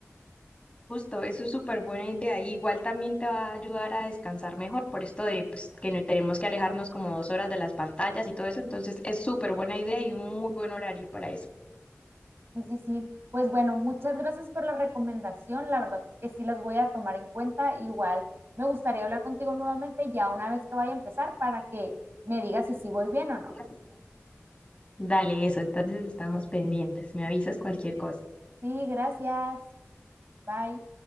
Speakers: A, on the left; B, on the right.
A: Justo, eso es súper buena idea. y Igual también te va a ayudar a descansar mejor por esto de pues, que no tenemos que alejarnos como dos horas de las pantallas y todo eso. Entonces es súper buena idea y un muy buen horario para eso.
B: Sí, sí, sí. Pues bueno, muchas gracias por la recomendación. La verdad que sí las voy a tomar en cuenta. Igual me gustaría hablar contigo nuevamente ya una vez que vaya a empezar para que me digas si sí voy bien o no.
A: Gracias. Dale eso, entonces estamos pendientes. Me avisas cualquier cosa.
B: Sí, gracias. Bye.